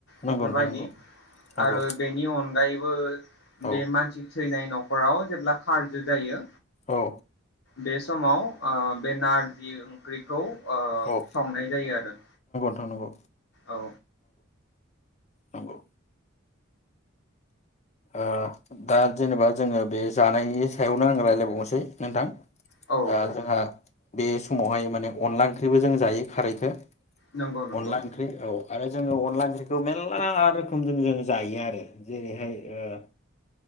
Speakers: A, on the left; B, on the left.
A: बेफोरबायदि
B: नंगौ नोंथां नंगौ नंगौ
A: आरो। नि अनगायैबो बे
B: औ
A: मानसि थैनाय। न'खराव जेब्ला खारजु जायो।
B: औ
A: बे समाव ओ बे नारजि ओंख्रिखौ ओ
B: औ
A: संनाय जायो आरो।
B: नंगौ नंगौ
A: औ
B: नंगौ ओ दा जेनेबा जोङो बे जानायनि सायावनो आं रायज्लायबावनोसै नोंथां। ओ
A: औ औ
B: दाथ हा। बे समावहाय माने अनला ओंख्रिबो जों जायो खारैखो
A: नंगौ नंगौ
B: अनला ओंख्रि औ आरो जोङो अनला ओंख्रिखौ मेरला रोखोमजों जोङो जायो आरो जेरैहाय ओ